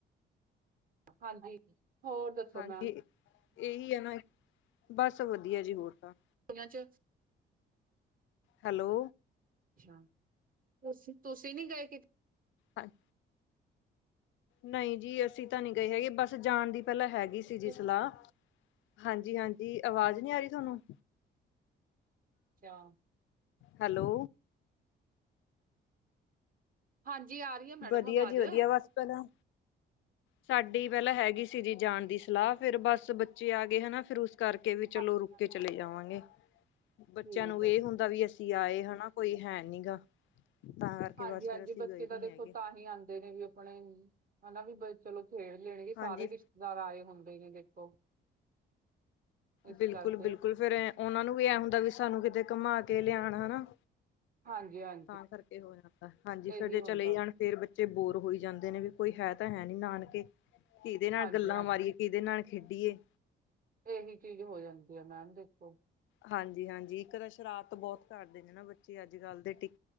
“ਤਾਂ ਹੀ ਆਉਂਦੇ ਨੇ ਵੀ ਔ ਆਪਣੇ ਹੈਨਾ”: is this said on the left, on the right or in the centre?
Right